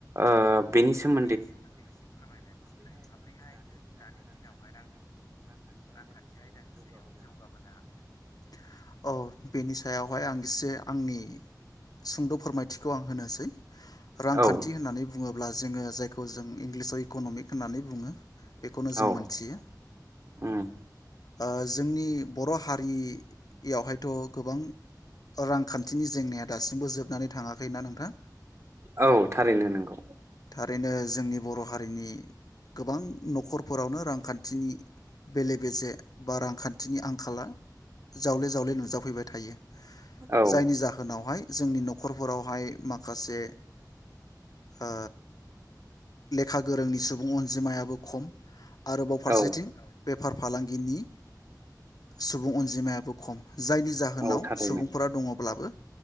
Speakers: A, on the right; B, on the left.
A: ओ बेनि सोमो
B: बेनि सोमोन्दै एसे फोरमायनानै थिनलाय माब्रैहाय दानि दिनावहाय रांखान्थि आयदानि सायाव जौगाबोनो हाखो औ बेनि सायावहाय आं एसे आंनि सुंद' फोरमायथिखौ आं होनोसै रांखान्थि
A: औ
B: होननानै बुङो अब्ला जोङो जाय खौ जों इंलिसाव इकनमिक होन्नानै बुङो बेखौनो जों
A: औ
B: मोनथियो
A: उम
B: ओ जोंनि बर' हारियावहायथ' गोबां रांखान्थिनि जेंनाया दासिमबो जोबनानै थाङाखै ना नोंथां
A: औ थारैनो नोंगौ
B: बेनि थाखाय जोंनि बर' हारिनि गोबां नखरफोरावनो रांखान्थिनि बेले बेजे बा रांखान्थिनि आंखाला जावले जावले नुजाफैबाय थायो
A: औ
B: जायनि जाहोनावहाय जोंनि नखरफोरावहाय माखासे ओ लेखा गोरोंनि सुबुं अनजिमायाबो खम आरोबाव फारसेथिं
A: औ
B: बेफार फालांगिनि सुबुं अनजिमायाबो खम जायनि जाहोनाव
A: औ थारैनो
B: सुबुंफोरा दङब्लाबो